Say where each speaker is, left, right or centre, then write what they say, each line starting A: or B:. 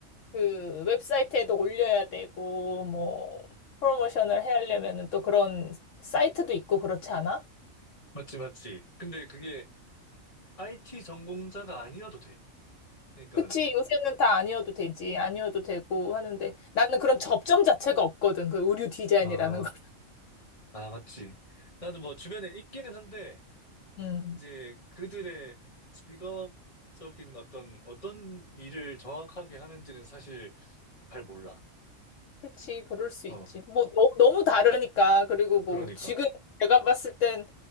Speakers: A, on the left; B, on the left.
A: 그 웹사이트에도 올려야 되고 뭐 프로모션을 해야 하려면은 또 그런 사이트도 있고 그렇지 않아?
B: 맞지, 맞지. 근데 그게 IT 전공자가 아니어도 돼. 그러니까,
A: 그치, 요새는 다 아니어도 되지. 아니어도 되고 하는데. 나는 그런 접점 자체가 없거든. 그 의류 디자인이라는
B: 아,
A: 거.
B: 아, 맞지. 나는 뭐 주변에 있기는 한데,
A: 음.
B: 이제 그들의 직업적인 어떤, 어떤 일을 정확하게 하는지는 사실 잘 몰라.
A: 그치, 그럴 수
B: 어,
A: 있지. 뭐, 너, 너무 다르니까. 그리고 뭐,
B: 그러니까.
A: 지금 내가 봤을 땐